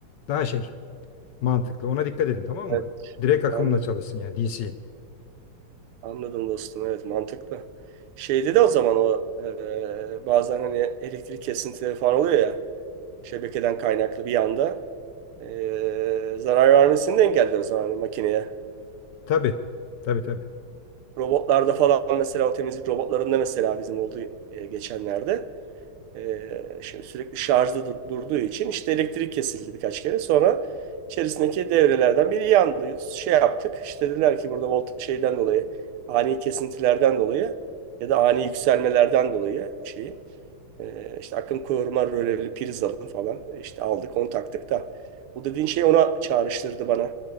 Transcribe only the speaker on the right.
Evet,
anladım.
Anladım dostum. Evet mantıklı. Şeyde de o zaman o e, bazen hani elektrik kesintileri falan oluyor ya şebekeden kaynaklı bir anda e, zarar vermesini de engeller o zaman hani makineye.
Robotlarda falan mesela o temizlik robotlarında mesela bizim oldu e, geçenlerde. Ee, şimdi sürekli şarjda dur- durduğu için işte elektrik kesildi birkaç kere. Sonra içerisindeki devrelerden biri yandı. Şey yaptık. İşte dediler ki burada volt şeyden dolayı ani kesintilerden dolayı ya da ani yükselmelerden dolayı şeyin e, işte akım koruma röleli priz alın falan e, işte aldık onu taktık da bu dediğin şey ona çağrıştırdı bana.